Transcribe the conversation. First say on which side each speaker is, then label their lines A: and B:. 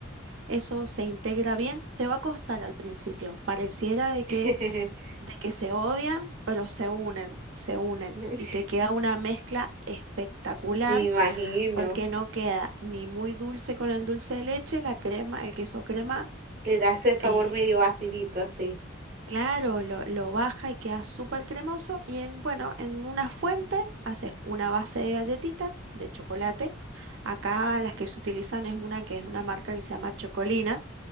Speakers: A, on the right; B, on the right.
A: Eso se integra bien. Te va a costar al principio. Pareciera de que,
B: <laughs>
A: de que se odian, pero se unen, se unen
B: Me
A: y te queda una mezcla espectacular
B: imagino,
A: porque no queda ni muy dulce con el dulce de leche, la crema, el queso crema.
B: le das ese sabor
A: eh,
B: medio acidito así.
A: Claro, lo, lo baja y queda súper cremoso. Y en, bueno, en una fuente haces una base de galletitas de chocolate. Acá las que se utilizan es una que es de una marca que se llama Chocolina,